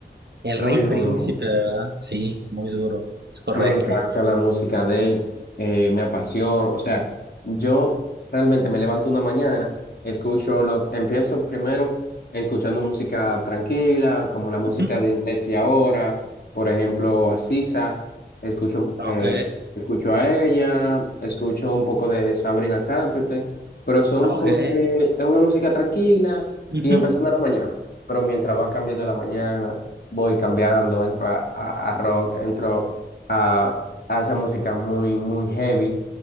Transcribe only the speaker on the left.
muy duro.
Me encanta la música de él, eh, me apasiona, o sea, yo realmente me levanto una mañana, escucho lo, empiezo primero escuchando música tranquila, como la música
de inglés de ahora, por ejemplo, a Sisa, escucho,
eh, escucho a ella, escucho un poco de Sabrina Carpenter, pero son
porque es una música tranquila
y empezando la mañana, pero mientras va cambiando la mañana, voy cambiando, entro a, a a rock, entro a, a esa música muy, muy heavy,